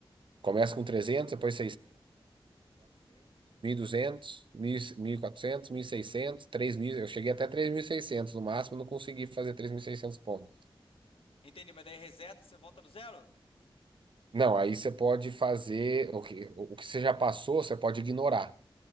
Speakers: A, on the right; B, on the left.
A: Começa com trezentos depois 600, 900, 1200, 1000, seiscentos três mil Eu cheguei até 3600 no máximo, não consegui fazer 3600 pontos.
B: Entendi, mas daí reseta, você volta do zero?
A: Não, aí você pode fazer o que, o que você já passou, você pode ignorar.